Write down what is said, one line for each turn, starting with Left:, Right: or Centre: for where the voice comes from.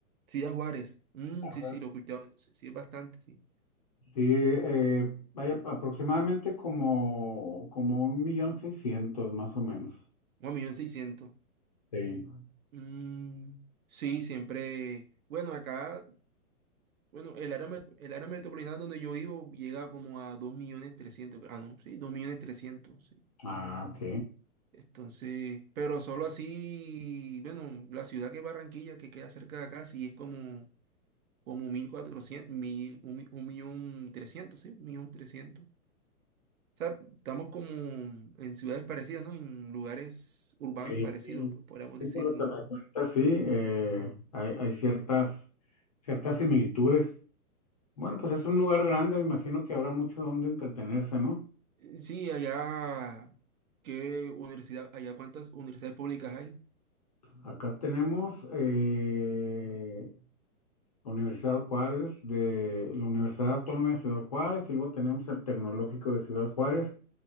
Right: Sí, a Juárez. Mm,
Left: A
Right: sí, sí,
Left: ver.
Right: lo he escuchado, entonces, sí, es bastante, sí.
Left: Sí, eh, vaya, aproximadamente como, como un millón seiscientos, más o menos.
Right: Un millón seiscientos.
Left: Sí.
Right: Mm, sí, siempre. Bueno, acá, bueno, el área, met- el área metropolitana donde yo vivo llega como a dos millones trescientos Ah, no, sí, 2.300.000, sí.
Left: Ah, ok.
Right: Entonces, pero solo así, bueno, la ciudad que es Barranquilla, que queda cerca de acá, sí es como, como 1.400 1.000 un mi- un millón trescientos, sí, un millón trescientos. O sea, estamos como en ciudades parecidas, ¿no? En lugares urbanos
Left: Sí,
Right: parecidos,
Left: sí,
Right: po- podríamos
Left: Sí,
Right: decirlo,
Left: por lo que
Right: ¿no?
Left: me cuentas, sí, eh, hay, hay ciertas, ciertas similitudes. Bueno, pues es un lugar grande, me imagino que habrá mucho donde entretenerse, ¿no?
Right: Eh, Sí, allá, ¿qué universidad, allá cuántas universidades públicas hay?
Left: Acá tenemos eh, la Universidad Juárez, de la Universidad Autónoma de Ciudad Juárez, y luego tenemos el Tecnológico de Ciudad Juárez,